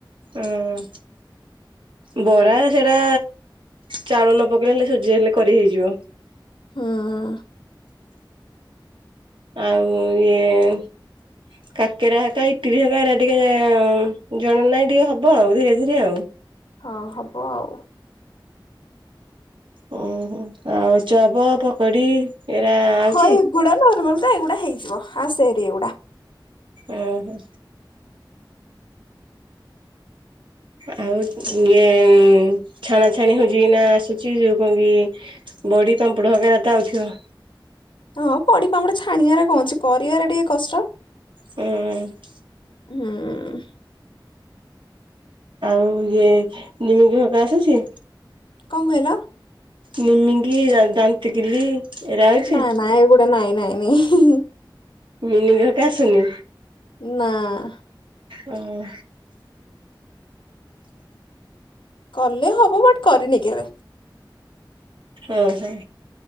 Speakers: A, on the right (about 80°); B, on the left (about 80°).
A: ଉୁଁ ହୁଁ ବରା ସେରା ଚାଉଳ ନପକେଇଲେ ହେଲେ ସୁଝି ହେଲେ କରି ହେଇଯିବ।
B: ହୁଁ ଉୁଁ ଉୁଁ
A: ଆଉ ଇଏ ଏଁ। କାକେରା ହେରିକା ଇଟିରି ହେରିକା ଏରା ଟିକେ ଜଣାନାହିଁ ଟିକେ ହବ ଆଉ ଧୀରେ ଧୀରେ ଆଉ
B: ହଁ ହବ ଆଉ।
A: ଉଁହୁଁ ଆଳୁଚପ ପକୋଡି ଏରା ଆଉଛି
B: ହଁ ଏଗୁଡା ନର୍ମାଲତ ଏଗୁଡା ହେଇଯିବ ଆସେହେରି ଏଗୁଡା।
A: ଉଁ ହୁଁ। ଆଉ ଇଏ ଛାଣା ଛଣି ହୋଉଛିି ନା ଆସୁଛି ଯୋଉ କଣ କି ବଡି ପାମ୍ପଡ ସେଟା ତ ଆଉଥିବ।
B: ହଁ ବଡି ପାମ୍ପଡ ଛାଣିବାରେ କଣ ଅଛି କରିବାରେ ଟିକେ କଷ୍ଟ।
A: ହୁଁ।
B: ହୁଁ।
A: ଆଉ ଇଏ ନିମିକି ହେକା ଆସୁଛି।
B: କଣ କହିଲ।
A: ନିମିକି ଦାନ୍ତକିଲି। ଏରା ଆଉଛି
B: ନା ନା ଏଗୁଡା ନାଇଁ ନାଇଁ ନାଇଁ।
A: ନମିକି ହେକା ଆସୁନି।
B: ନାଁ।
A: ଉଁ।
B: କଲେ ହବ ବଟ୍ କରିନି କେବେ।
A: ଉଁ ହୁଁ।